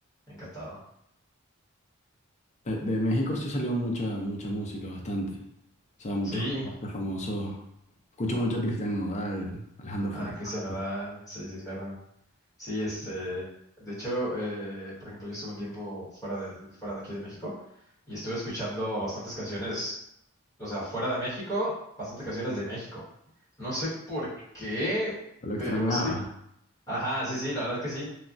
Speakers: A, on the left; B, on the left.
A: Encantado.
B: de, de México sí salió mucha, mucha música, bastante. O sea, muchos
A: Sí,
B: cantantes famosos. Escucho mucho a Cristian Nodal, Alejandro
A: ah,
B: Fernández.
A: Cristian Nadal, sí, sí, claro. Sí, <laughs> este, de hecho, eh, por ejemplo, yo estuve un tiempo fuera de, fuera de aquí de México y estuve escuchando bastantes canciones, o sea, fuera de México, bastantes canciones de México. No sé por qué,
B: Lo extrañaba.
A: pero es que, ajá, sí, sí, la verdad es que sí.